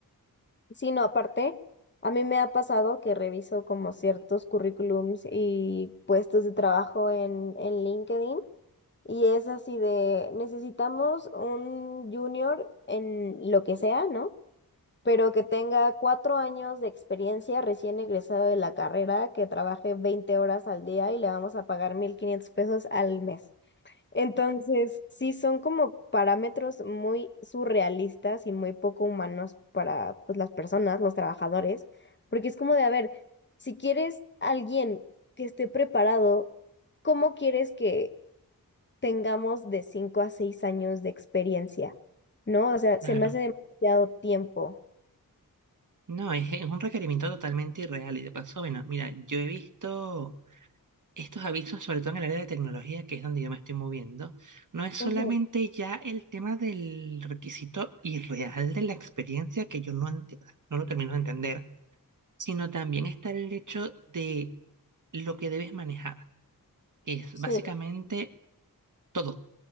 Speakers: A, on the left; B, on the right.
A: Sí, no, aparte, a mí me ha pasado que reviso como ciertos currículums y puestos de trabajo en, en LinkedIn y es así de, necesitamos un junior en lo que sea, ¿no? Pero que tenga cuatro años de experiencia recién egresado de la carrera, que trabaje 20 horas al día y le vamos a pagar 1.500 pesos al mes. Entonces, sí son como parámetros muy surrealistas y muy poco humanos para pues las personas, los trabajadores, porque es como de, a ver, si quieres alguien que esté preparado, ¿cómo quieres que tengamos de 5 a 6 años de experiencia? ¿No? O sea,
B: Claro.
A: se me hace demasiado tiempo.
B: No, es, es un requerimiento totalmente irreal y de paso, bueno, mira, yo he visto estos avisos, sobre todo en el área de tecnología, que es donde yo me estoy moviendo, no es solamente
A: Ujú,
B: ya el tema del requisito irreal de la experiencia que yo no, enti- no lo termino de entender, sino también está el hecho de lo que debes manejar, que es
A: Sí,
B: básicamente todo.